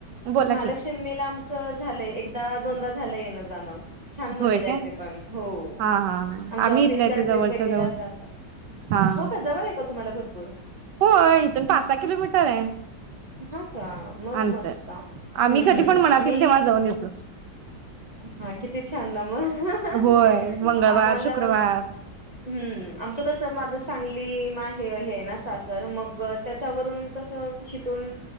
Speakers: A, on the right (about 75°); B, on the right (about 30°).
A: बोला
B: महालक्ष्मीला
A: की
B: आमचं झालंय एकदा दोनदा झालंय येणं जाणं. छान मंदिर
A: होय
B: आहे
A: काय?
B: ते पण हो.
A: हा हा हा
B: आमच्या
A: आम्ही
B: ऑफिसच्या
A: इथल्या इथं
B: ट्रिप
A: जवळच्या
B: वगैरे
A: जवळ
B: जात
A: हा हा
B: हो का जवळ आहे का तुम्हाला भरपूर?
A: होय इथून पाच सहा किलोमीटर आहे
B: हा का मग
A: अंतर
B: मस्त. हम्म
A: आम्ही कधी पण मनात
B: आम्ही
A: येईल तेव्हा जाऊन येतो.
B: हा किती छान ना म ग
A: होय मंगळवार
B: आम्हाला
A: शुक्रवार
B: हम्म आमच कस माझ सांगली माहे हे आहे ना सासर मग त्याच्यावरून कस शिथून